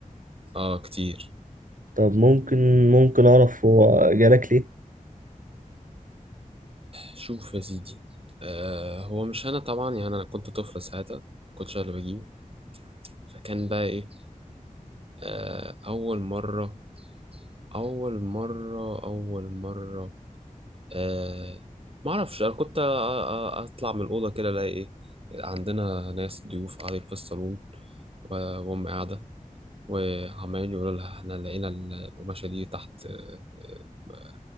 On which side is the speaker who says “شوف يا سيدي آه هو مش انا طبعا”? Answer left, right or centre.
Right